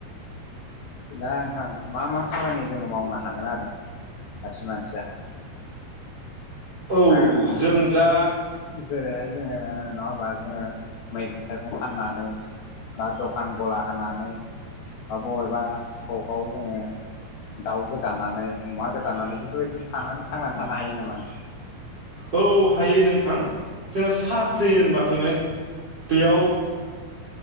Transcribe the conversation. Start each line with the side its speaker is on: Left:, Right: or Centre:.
Left: दा नोंथां मा मा खामानि जोङो मावनो हागोन आरो सासे मानसिया?
Right: औ
Left: ओ
Right: जों दा
Left: जेरैहाय जोङो नङा होमबा जोङो मैगं थाइगं फाननानै, बा दखान गला होनानै, बा बबेबा सगाव जोङो दाउ गोदानानै अमा गोदानानै बेफोरबायदि थानानै थांनानै थानो हायो नामा नोंथां?
Right: औ हायो नोंथां जोंहा साख्रि होनबाथाय माने बेयाव